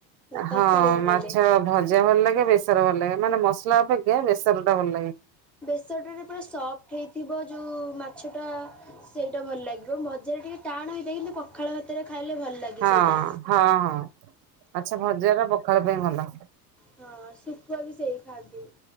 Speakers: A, in the centre; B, on the right (about 75°).
A: ତରକାରୀ
B: ହଁ
A: ବନେଇଲେ।
B: ମାଛ। ଭଜା ଭଲ ଲାଗେ ବେସର ଭଲ ଲାଗେ ମାନେ ମସଲା ଅପେକ୍ଷା ବେସର ଟା ଭଲ ଲାଗେ।
A: ବେସଟରେ ପୁରା ସଫ୍ଟ ହେଇଥିବ ଯୋଉ ମାଛଟା ସେଇଟା ଭଲ ଲାଗିବ ଭଜା ଟିକେ ଟାଣ ହେଇଥାଏ କିନ୍ତୁ ପଖାଳ ଭାତରେ ଖାଇଲେ ଭଲ ଲାଗେ।
B: ହଁ
A: ସେଇଟା।
B: ହଁ ହଁ ମାଛ ଭଜା ର ପଖାଳ ପାଇଁ ଭଲ।
A: ହଁ ଶୁଖୁଆ ବି ସେଇ ଖାଆନ୍ତି